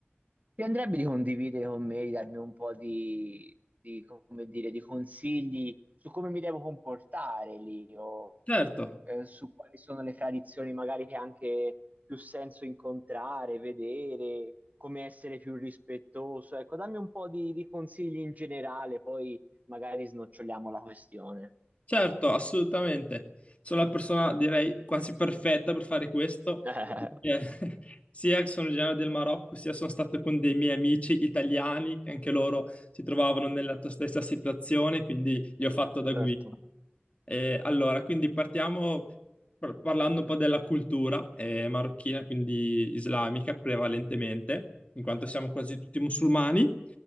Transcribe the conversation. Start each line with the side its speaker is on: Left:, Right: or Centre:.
Right: Ti andrebbe di condividere con me, di darmi un po' di, di, come dire, di consigli su come mi devo comportare lì o
Left: Certo,
Right: eh, su quali sono le tradizioni magari che ha anche più senso incontrare, vedere, come essere più rispettoso. Ecco, dammi un po' di, di consigli in generale, poi magari snoccioliamo la questione.
Left: certo, assolutamente. Sono la persona, direi, quasi perfetta per fare questo,
Right: <laughs>
Left: perché <laughs> sia che sono originario del Marocco, sia sono stato con dei miei amici italiani, che anche loro si trovavano nella tua stessa situazione, quindi li ho fatto da
Right: Certo.
Left: guida. Eh, allora, quindi partiamo par- parlando un po' della cultura eh, marocchina, quindi islamica prevalentemente, in quanto siamo quasi tutti musulmani.